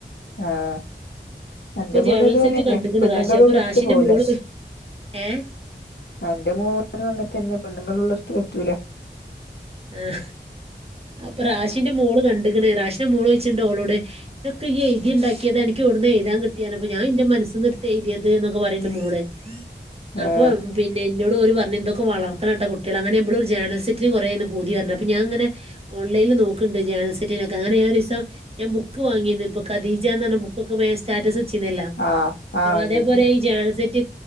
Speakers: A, on the left (about 80°); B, on the right (about 35°).
A: ആഹ അന്റെ
B: അപ്പൊ ജേണൽ
A: മോന അതുപോലെന്നെ
B: സെറ്റ് കണ്ട്ക്ക്ണ്
A: പെണ്ണുങ്ങൾ
B: റാഷി അപ്പൊ
A: ഉളളർത്ത
B: റാഷിന്റെ
A: പോവൂല.
B: മോള് ഏഹ്
A: എന്റെ മോനും അങ്ങനെ തന്നെ പെണ്ണുങ്ങളള്ളിടത്ത് പറ്റൂല.
B: ആ് അപ്പൊ റാഷിന്റെ മോള് കണ്ട് ക്ക്ണ റാഷിന്റെ മോള് ചോയിച്ചുണ്ട്ഓളോട് ഇതൊക്കെ ഈ എഴതിണ്ടാക്കിയത് അനക്ക്എവിടുന്ന് എഴുതാൻ കിട്ടിയത്അപ്പോ ഞാൻന്റെ മനസിന്ന് എടുത്ത് എഴുതിയത് എന്നൊക്ക പറയുന്നു മോള് <inaudible> അപ്പൊ
A: ആഹ്
B: പിന്നെ എന്നോട് ഒരു പറഞ്ഞ് ഇന്തൊക്കെ വളർത്തണ കേട്ടാ കുട്ടികളെ അങ്ങനെുമ്പളും ഒരു ജാനൽ സെറ്റി കെറ പൂതി പറഞ്ഞ് അപ്പ ഞാൻ അങ്ങനെ ഓൺലൈനിൽ നോക്കുന്നുണ്ട് ജസെറ്റിന അങ്ങനെ ആ ഒരു ദിവസം ഞാൻ ബുക്ക് വാങ്ങി ഇപ്പൊ കദീജ എന്ന ബുക്ക് ബുക്ക് സ്റ്റാറ്റസ് വെച്ചീനല്ലോ
A: ആഹ് ആഹ് ഉണ്ട്
B: അതേപോലെ
A: ഉണ്ട്
B: ജെനൽ സിറ്റി